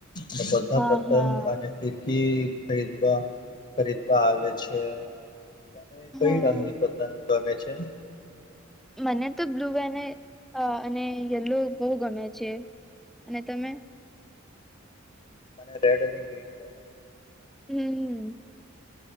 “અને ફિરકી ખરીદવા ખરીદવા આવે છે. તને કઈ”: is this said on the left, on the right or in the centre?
Left